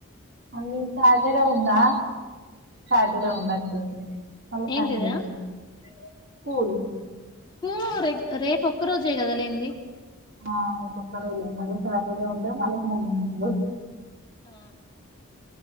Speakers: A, on the right (about 50°); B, on the left (about 20°).
A: అ సాటర్డే ఉందా సాటర్డే ఉన్నట్టుంది మళ్ల
B: ఏంటిదా
A: సండే లేదు కుల్
B: స్కూల్ ర రేపు ఒక్క రోజే కదలైంది
A: అవును రేప్ ఒక్కరోజే మళ సాటర్డే ఉండే మళ సండే ఉంది
B: ఆ